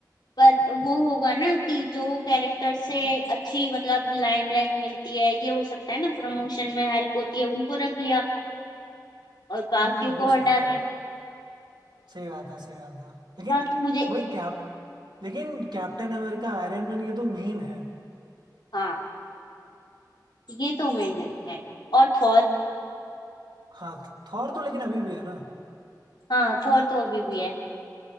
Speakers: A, on the left (about 75°); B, on the right (about 80°).
A: पर वो होगा ना कि जो कैरेक्टर से अच्छी मतलब लाइमलाइट मिलती है ये हो सकता है ना प्रमोशन में हेल्प होती है उनको रख लिया और बाकियों
B: हाँ
A: को
B: हो सकता
A: हटा दिया
B: है सही बात है सही बात है लेकिन
A: बाकी मुझे
B: भाई कैप लेकिन कैप्टन अमेरिका आयरन मैन ये तो मेन है
A: हाँ ये तो मेन है और थॉर
B: हाँ थॉर तो लेकिन अभी भी है ना
A: हाँ थॉर तो अभी भी है